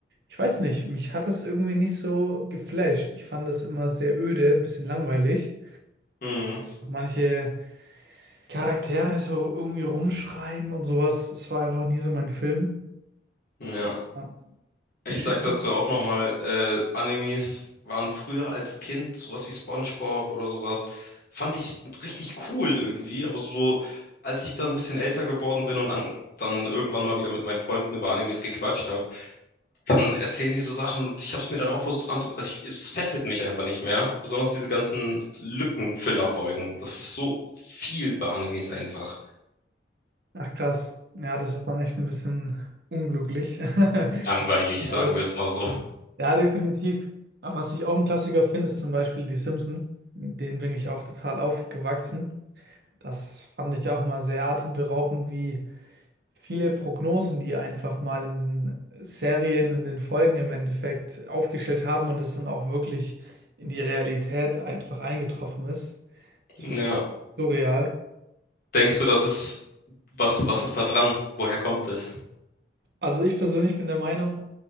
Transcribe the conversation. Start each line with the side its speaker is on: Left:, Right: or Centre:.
Right: Ich weiß nicht, mich hat das irgendwie nicht so geflasht. Ich fand das immer sehr öde, ein bisschen langweilig.
Left: Hm,
Right: Manche Charaktere so irgendwie rumschreien und sowas, das war einfach nie so mein Film.
Left: ja,
Right: Ja,
Left: ich
Right: mir steht-
Left: sag dazu auch nochmal, äh, Animes waren früher als Kind sowas wie SpongeBob oder sowas, fand ich richtig cool irgendwie, aber so so, als ich dann ein bisschen älter geworden bin und an, dann irgendwann mal wieder mit meinen Freunden über Animes gequatscht habe, dann erzählen die so Sachen. Ich habe es mir dann auch versucht anzugucken. Also ich, es fesselt mich einfach nicht mehr. Besonders diese ganzen Lückenfüller-Folgen. Das ist so viel bei Animes einfach.
Right: Ach krass, ja, das ist dann echt ein bisschen unglücklich. <laughs>
Left: Langweilig,
Right: Alles.
Left: sagen wir es mal so.
Right: Ja, definitiv. Aber was ich auch ein Klassiker finde, ist zum Beispiel die Simpsons. Mit denen bin ich auch total aufgewachsen. Das fand ich auch mal sehr atemberaubend, wie viele Prognosen, die einfach mal in Serien und in Folgen im Endeffekt aufgestellt haben und es dann auch wirklich in die Realität einfach eingetroffen ist. Das
Left: Ja.
Right: finde ich auch surreal.
Left: Denkst du, das ist, was, was ist da dran? Woher kommt das?
Right: Also ich persönlich bin der Meinung,